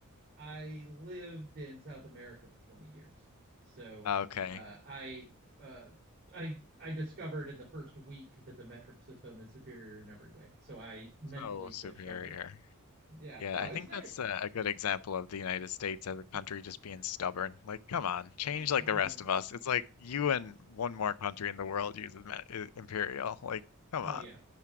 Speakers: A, on the right; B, on the left.
A: I lived in South America for 20 years. So,
B: Okay.
A: uh I uh I I discovered in the first week that the metric system is superior in every way. So I mentally
B: So
A: switched
B: superior.
A: over. Yeah.
B: Yeah,
A: Oh,
B: I
A: it's
B: think
A: not
B: that's
A: it.
B: a, a good example of the United States as a country just being stubborn. Like, come on, change
A: Oh,
B: like
A: uh,
B: the rest
A: it's-
B: of us. It's like you and one more country in the world uses ma- i- imperial. Like, come
A: oh
B: on.
A: yeah.